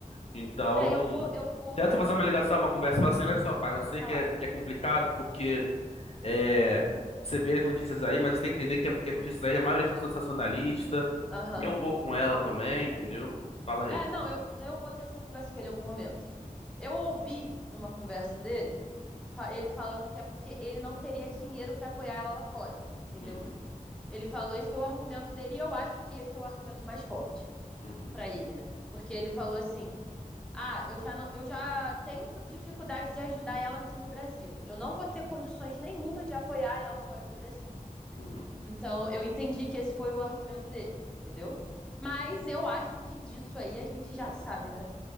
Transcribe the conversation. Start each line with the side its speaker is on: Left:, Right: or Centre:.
Left: Então,
Centre: É, eu vou, eu vou,
Left: tenta fazer uma ligação, uma conversa, fala assim: olha só, pai, eu
Centre: vou
Left: sei
Centre: falar.
Left: que é, que é complicado porque. É, você vê as notícias aí, mas você tem que entender que, a-
Centre: Uhum.
Left: que as notícias aí, a maioria são sensacionalista.
Centre: Aham.
Left: E eu vou com ela também, entendeu? Fala aí.
Centre: É, não, eu, eu vou ter essa conversa com ele em algum momento. Eu ouvi numa conversa dele, fa- ele falando que é porque ele não teria dinheiro pra apoiar ela lá fora, entendeu?
Left: Uhum,
Centre: Ele falou, esse foi o argumento dele e eu acho que esse é o argumento mais forte
Left: uhum,
Centre: pra ele, né? Porque ele falou assim: "Ah, eu já não, eu já tenho pr- dificuldade de ajudar ela aqui no Brasil. Eu não vou ter condições nenhuma de apoiar ela fora do Brasil".
Left: uhum.
Centre: Então, eu entendi que esse foi o argumento dele, entendeu? Mas eu acho que disso aí a gente já sabe, né?